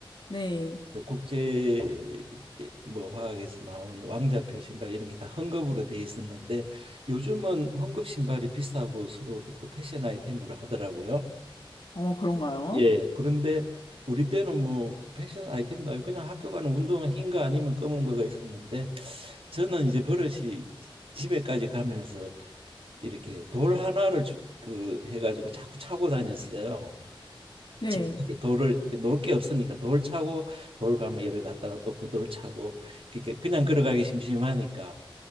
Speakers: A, on the left; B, on the right.
A: 네.
B: 그 국제 뭐 화학에서 나온 왕자표 신발 이런 게 다 헝겊으로 돼 있었는데 요즘은 헝겊 신발이 비싸고 서로 그 패션 아이템으로 하더라고요.
A: 어, 그런가요?
B: 예. 그런데 우리 때는 뭐 패션 아이템도 아니고 그냥 학교 가는 운동화 흰 거 아니면 검은 거가 있었는데 저는 이제 버릇이 집에까지 가면서 이렇게 돌 하나를 주- 그 해가지고 자꾸 차고 다녔어요.
A: 네.
B: 집 이제 돌을 이제 놓을 게 없으니까 돌 차고 돌 가면 열을 갔다가 또 그 돌 차고 그러니까 그냥 걸어가기 심심하니까